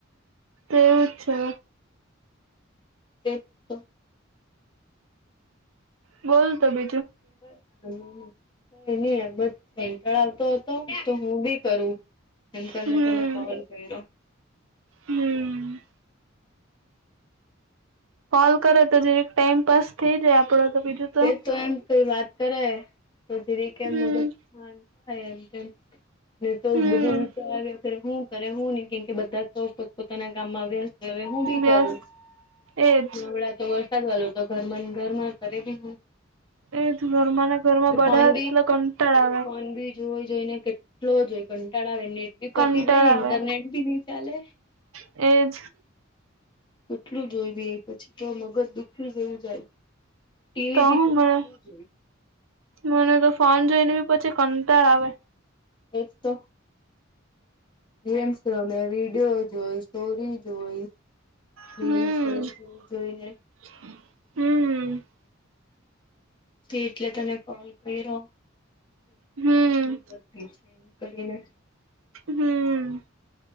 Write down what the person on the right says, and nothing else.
તેવુંજ છે.
બોલતો બ.
હમ
હમ! કોલ કરે તો, જેવી ટાઈમ પાાસ થઈ જાય. આપડો તો બીજું.
હમ
હમ
વ્યસ્ત
એજ
એ ઘરમાં ના ઘરમાં. બધા
એટલા
કંટાળ આવે.
કંટાળ
આવે
એજ
તો
હું
મને
મને તો ફોન જોઈને બી પછી કંટાર આવે
હમ
હમ હ
હમ
હમ